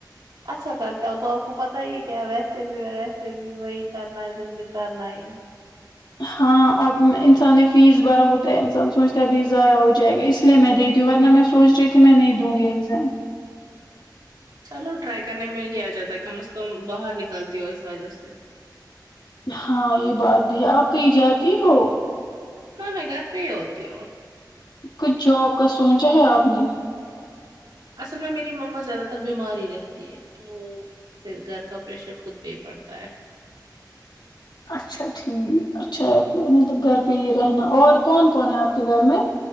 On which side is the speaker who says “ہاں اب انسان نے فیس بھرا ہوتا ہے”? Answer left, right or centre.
Left